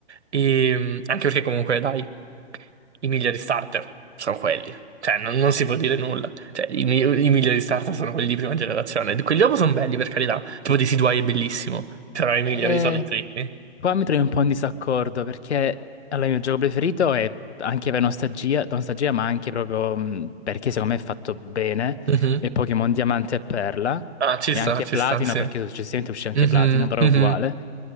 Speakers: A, on the right; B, on the left.
A: E... Anche perché comunque, dai, i migliori starter sono quelli. Cioè, non, non si può dire nulla. Cioè, i, mi- i migliori starter sono quelli di prima generazione. Quelli dopo sono belli, per carità. Tipo di Decidueye è bellissimo, però i migliori
B: Eh,
A: sono i primi.
B: Qua mi trovo un po' in disaccordo perché allora, il mio gioco preferito è anche per nostalgia, nostalgia ma anche proprio mh, perché secondo me è fatto bene,
A: Mhm.
B: è Pokémon Diamante e Perla
A: Ah, ci
B: e
A: sta,
B: anche
A: ci
B: Platino
A: sta, sì.
B: perché successivamente uscì anche
A: Mhm,
B: Platino, però
A: mhm.
B: è uguale.